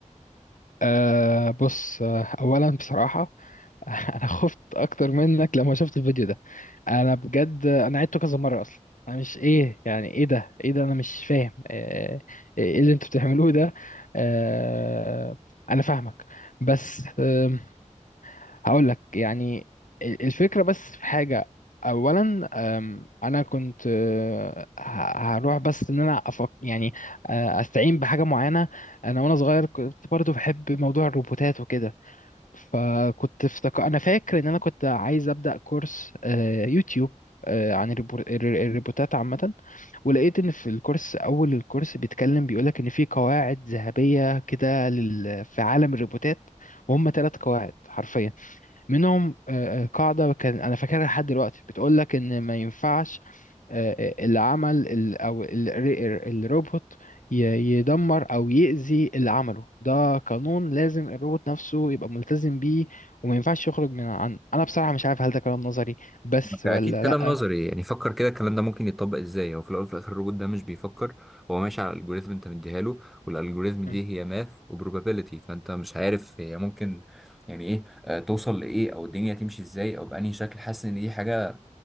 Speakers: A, on the left (about 80°); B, in the centre.
A: آه بص آه اولا بصراحة <laughs> انا خفت اكتر منك لما شفت الفيديو ده انا بجد انا عدته كذا مرة اصلا انا مش ايه يعني ايه ده ايه ده انا مش فاهم آه، ايه اللي انتوا بتعملوه ده آه انا فاهمك بس آه هقول لك يعني ال- الفكرة بس في حاجة أولا أم، أنا كنت أه، ه- هروح بس إن أنا أفك يعني أه، أستعين بحاجة معينة أنا وأنا صغير كنت برضو بحب موضوع الروبوتات وكده فكنت افتكر أنا فاكر إن أنا كنت عايز أبدأ كورس أه، يوتيوب أه، عن الريبو- الر- الروبوتات عامة ولقيت إن في الكورس أول الكورس بيتكلم بيقولك إن في قواعد ذهبية كده لل- في عالم الروبوتات وهم ثلاث قواعد حرفيا منهم آه، آه، قاعدة كان أنا فاكرها لحد دلوقتي بتقول لك إن ما ينفعش آه، آه، اللي عمل ال- أو ال- ال- الروبوت ي- يدمر أو يأذي اللي عمله ده قانون لازم الروبوت نفسه يبقى ملتزم بيه وما ينفعش يخرج من عنه أنا بصراحة مش عارف هل ده كلام نظري بس
B: اكيد
A: ولا
B: كلام
A: لأ
B: نظري يعني فكر كده الكلام ده ممكن يتطبق ازاي هو في الاول وفي الاخر الروبوت ده مش بيفكر هو ماشي على الالجوريزم انت مديها له والالجوريزم دي
A: م.
B: هي ماث وبروبابيلتي فانت مش عارف هي ممكن يعني ايه آه، توصل لايه او الدنيا تمشي ازاي او بانهي شكل حاسس ان دي حاجه